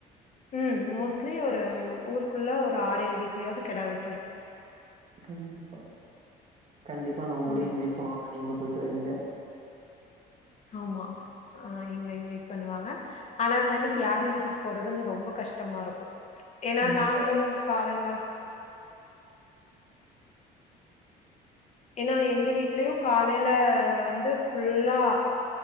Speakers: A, on the left (about 40°); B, on the right (about 40°).
A: ம் மோஸ்ட்லி ஒரு ஊருக்குள்ள ஒரு ஆறேழு வீட்லயாவ்து கெடா வெட்டுருக்கு
B: கண்டிப்பா கண்டிப்பா நா உங்ளயு
A: ம்
B: இன்வைட் பண்ணுவங்க நீங்க போய் ட்டறிங்க
A: ஆமா ஆ எங்கள இன்வெய்ட் பண்ணுவாங்க ஆனா அந்தன்னக்கி யாரு வீட்டுக்கு போறதுன்னு ரொம்ப கஷ்டமாருக்கு ஏனா
B: கண்டிப்பா
A: நாங்ளு காலைல ஏன்னா எங்க வீட்லயு காலைல வந்து ஃபுல்லா